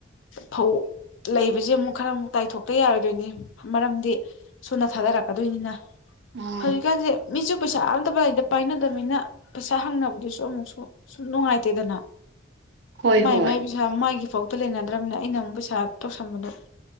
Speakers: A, on the left; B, on the right.
A: ꯐꯧ ꯂꯩꯕꯁꯦ ꯑꯃꯨꯛ ꯈꯔ ꯑꯃꯨꯛ ꯇꯥꯏꯊꯣꯛꯇ ꯌꯥꯔꯣꯏꯗꯣꯏꯅꯤ ꯃꯔꯝꯗꯤ ꯁꯨꯅ ꯊꯥꯗꯔꯛꯀꯗꯣꯏꯅꯤꯅ
B: ꯑꯣ
A: ꯍꯧꯖꯤꯛꯀꯥꯟꯁꯦ ꯃꯤꯁꯨ ꯄꯩꯁꯥ ꯑꯝꯇ ꯄꯥꯏꯅꯗꯕꯅꯤꯅ ꯄꯩꯁꯥ ꯍꯪꯅꯕꯗꯨꯁꯨ ꯑꯃꯨꯛꯁꯨ ꯁꯨꯝ ꯅꯨꯡꯉꯥꯏꯇꯦꯗꯅ
B: ꯍꯣꯏ
A: ꯃꯥꯏ
B: ꯍꯣꯏ
A: ꯃꯥꯏ ꯄꯩꯁꯥ ꯃꯥꯥꯏꯒꯤ ꯐꯥꯎꯗ ꯂꯩꯅꯗ꯭ꯔꯕꯅꯤꯅ ꯑꯩꯅ ꯑꯃꯨꯛ ꯄꯩꯁꯥ ꯇꯧꯁꯟꯕꯗꯣ